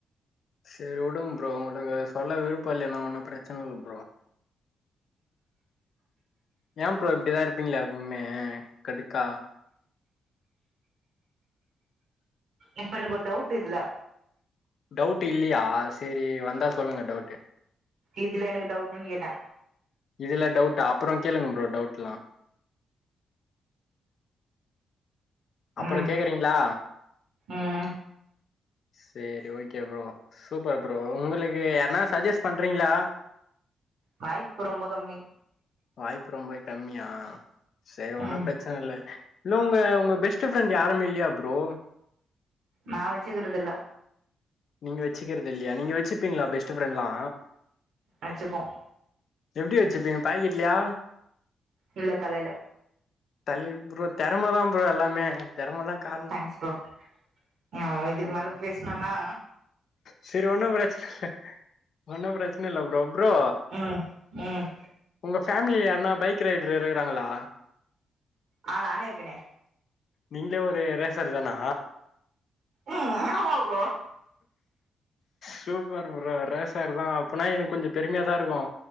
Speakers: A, on the left; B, on the right.
A: செரி உடுங் ப்ரோ உங்ளுக்கு சொல்ல விருப்போ இல்லின்னா ஒன்னு பிரச்சன இல்ல ப்ரோ ஏ ப்ரோ இப்டி தா இருப்பீங்ளா எப்பவ்மே கடுக்கா
B: இப்ப எனக்கொரு டவுட்டு இதுல
A: டவுட் இல்லியா செரி வந்தா சொல்லுங்க டவுட்டு
B: இதுல எனக்கு டவுட்டுன் கேட்ட
A: இதுல டவுட்டா அப்பறோ கேளுங்க ப்ரோ டவுட்லா அப்பறோ
B: ம்
A: கேக்கறீங்ளா
B: ம்
A: சேரி ஓகே ப்ரோ சூப்பர் ப்ரோ உங்களுக்கு யார்னா சஜ்ஜெஸ் பண்றீங்ளா
B: வாய்ப்பு ரொம்ப கம்மி
A: வாய்ப்பு ரொம்ப கம்மியா சேர் ஒன்னு
B: ம்
A: பிரச்சன இல்ல இல்ல உங்க உங்க பெஸ்ட்டு ஃப்ரெண்டு யாருமே இல்லியா ப்ரோ
B: நா வெச்சுக்கிறதில்ல
A: நீங்க வெச்சுக்கிறதில்லியா நீங்க வெச்சுப்பீங்ளா பெஸ்ட்டு ஃப்ரெண்ட்லா
B: வெச்சுப்போ
A: எப்டி வெச்சிப்பீங்க பாக்கெட்லியா
B: இல்ல தலைல
A: தலைல் ப்ரோ தெறம தா ப்ரோ எல்லாமே தெறம தா கார்
B: கஷ்டோ இனி அவ்ள் தா இதுக்கு மேல
A: ப்ரோ
B: பேஸ்னன்னா
A: செரி ஒன்னு பிரச்சனில்ல ஒன்னு பிரச் ஒன்னுல்ல ப்ரோ ப்ரோ
B: ம் ம்
A: உங்க ஃபேமிலி யாருன்னா பைக் ரைடர் இருக்கிறாங்களா
B: ஆ நானே இருக்கனே
A: நீங்களே ஒரு ரேசர் தானா
B: ம் ஆமா ப்ரோ
A: சூப்பர் ப்ரோ ரேசர் தா அப்பன்னா எனக் கொஞ்ச பெருமையா தா இருக்கு